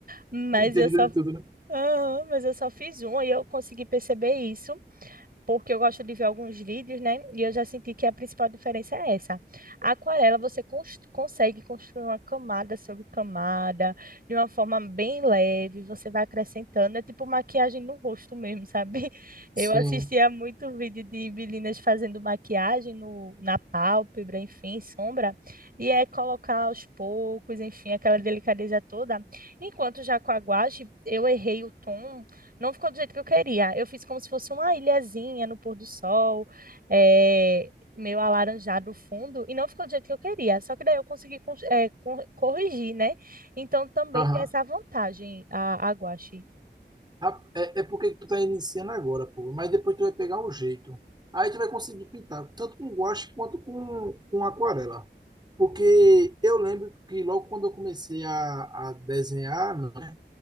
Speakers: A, on the right (about 50°); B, on the right (about 25°).
A: mas
B: Entendido
A: eu só
B: de tudo, né?
A: Aham, mas eu só fiz uma e eu consegui perceber isso porque eu gosto de ver alguns vídeos, né? E eu já senti que a principal diferença é essa. A aquarela você cons- consegue construir uma camada sobre camada, de uma forma bem leve, você vai acrescentando, é tipo maquiagem no rosto mesmo, sabe? <laughs>
B: Sim.
A: Eu assistia muito vídeo de meninas fazendo maquiagem no, na pálpebra, enfim, sombra, e é colocar aos poucos, enfim, aquela delicadeza toda. Enquanto já com a guache, eu errei o tom não ficou do jeito que eu queria. Eu fiz como se fosse uma ilhazinha no pôr do sol, é, meio alaranjado o fundo, e não ficou do jeito que eu queria. Só que daí eu consegui cons- é, cor- corrigir, né? Então também
B: Aham.
A: tem essa vantagem a, a guache.
B: Ah, É, é porque tu tá iniciando agora, pô. Mas depois tu vai pegar o jeito. Aí tu vai conseguir pintar tanto com guache quanto com, com aquarela. Porque eu lembro que logo quando eu comecei a, a desenhar, né?